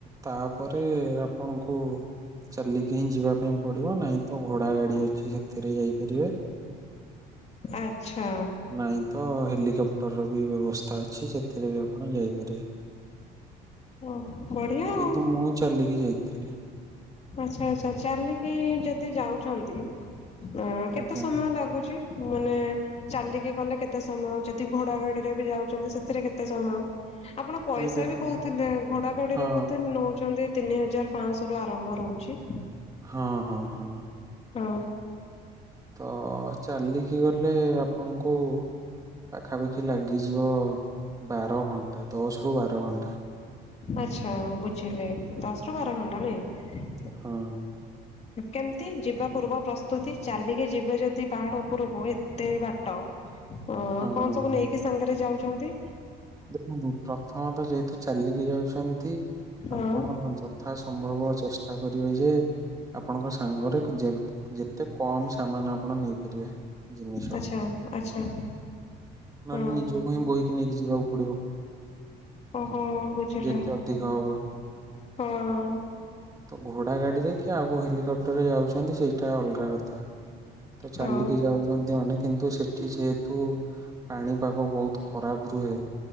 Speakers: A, on the right; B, on the left.
A: ତାପରେ ଆପଣଙ୍କୁ ଚାଲିକିହିଁ ଯିବା ପାଇଁ ପଡିବ ନାଇଁ ତ ଘୋଡା ଗାଡି ଅଛି ସେଥିରେ ଯାଇପାରିବେ।
B: ଆଚ୍ଛା
A: ନାଇଁ ତ ହେଲିକ୍ୟାପ୍ଟରବି ବ୍ୟବସ୍ ସ୍ତା ଅଛି ସେଥିରେବି ଆପଣ ଯାଇପାରିବେ।
B: ଓ ବଢିଆ
A: କିନ୍ତୁ
B: ଆଉ।
A: ମୁଁ ଚାଲିକି ଯାଇଥିଲି।
B: ଆଚ୍ଛା ଆଚ୍ଛା ଚାଲିକି ଯଦି ଯାଉଚନ୍ତି। ଅଁ କେତେ
A: ଆଜ୍ଞା
B: ସମୟ ଲାଗୁଛି? ମାନେ ଚାଲିକି ଗଲେ କେତେ ସ ମୟ। ଯଦି ଘୋଡା ଗାଡିରେ ବି ଯାଉଛନ୍ତି ସେଥିରେ କେତେ ସମୟ? ଆପଣ ପଇସା
A: ନାଇଁ ଦେଖନ୍ତୁ
B: ବି କହୁଥିଲେ ଘୋଡା ଗାଡିରେ
A: ହଁ।
B: ବୋଧେ ନେଉଚନ୍ତି ତିନିହଜାର ପାଁଶହରୁ ଆରମ୍ଭ। ରହୁଚି।
A: ହଁ ହଁ ହଁ।
B: ହଁ।
A: ତ ଚାଲିକିଗଲେ ଆପଣଙ୍କୁ ପାଖାପାଖି ଲାଗିଯିବ ବାର ଘଣ୍ଟା। ଦଶରୁ ବାର ଘଣ୍ଟା।
B: ଆଚ୍ଛା ବୁଝିଲି। ଦଶ ରୁ ବାର ଘଣ୍ଟା ନାଇଁ।
A: ହଁ।
B: କେମତି ଯିବା ପୂର୍ବ ପ୍ରସ୍ତୁତି? ଚାଲିକି ଯିବେ ଯଦି ପାହାଡ ଉପରକୁ ଏତେ ବାଟ। ଅ କଣ
A: ହଁ।
B: ସବୁ ନେଇକି ସାଙ୍ଗରେ ଯାଉଚନ୍ତି?
A: ଦେଖନ୍ତୁ ପ୍ରଥମତଃ ଯେହେତୁ ଚାଲିକି ଯାଉଚନ୍ତି
B: ହଁ
A: ଆପଣ ଯଥା ସମ୍ଭବ ଚେଷ୍ଟା କରିବେ ଯେ ଆପଣଙ୍କ ସାଙ୍ଗରେ ଯେ ଯେତେ କମ ସାମାନ ଆପଣ ନେଇପାରିବେ। ଜିନିଷ।
B: ଆଚ୍ଛା ଆଚ୍ଛା
A: ମାନେ
B: ହଁ
A: ନିଜ ପାଇଁ ବୋଇ ନେଇକି ଯିବାକୁ ପଡିବ।
B: ଓହୋ ବୁଝିଲି
A: ଯେତେ ଅଧିକ ହବ।
B: ହଁ।
A: ତ ଘୋଡା ଗାଡିରେ କି ଆଉ କୋଉ ହେଲିକ୍ୟାପ୍ଟରରେ ଯାଉଚନ୍ତି ସେଇଟା ଅଲଗା କଥା। ତ ଚାଲିକି
B: ହଉ
A: ଯାଉଛନ୍ତି ଅନେକ। କିନ୍ତୁ ସେଠି ଯେହେତୁ ପାଣିପାଗ ବହୁତ ଖରାପ ରୁହେ।